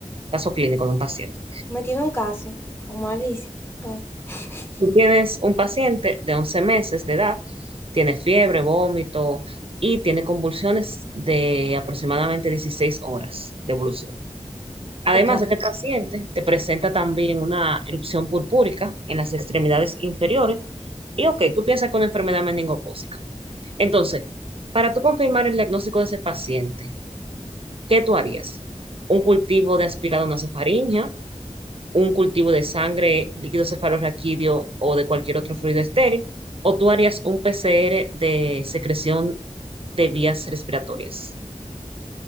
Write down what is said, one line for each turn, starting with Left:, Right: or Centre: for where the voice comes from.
Right: caso clínico de un paciente.
Left: Me tiene un caso, como Alicia. Eh, <laughs>
Right: Tú tienes un paciente de 11 meses de edad, tiene fiebre, vómito y tiene convulsiones de aproximadamente 16 horas de evolución. Además,
Left: Ok,
Right: este paciente te presenta también una erupción purpúrica en las extremidades inferiores y, ok, tú piensas con enfermedad meningocócica. Entonces, para tú confirmar el diagnóstico de ese paciente, ¿qué tú harías? ¿Un cultivo de aspirado nasofaringea? ¿Un cultivo de sangre, líquido cefalorraquídeo o de cualquier otro fluido estéril? ¿O tú harías un PCR de secreción de vías respiratorias?